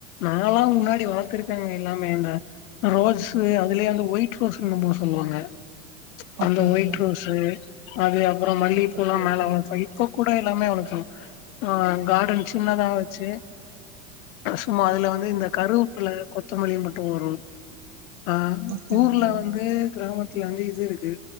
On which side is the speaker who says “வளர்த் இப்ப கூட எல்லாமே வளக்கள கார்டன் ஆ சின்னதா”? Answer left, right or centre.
Left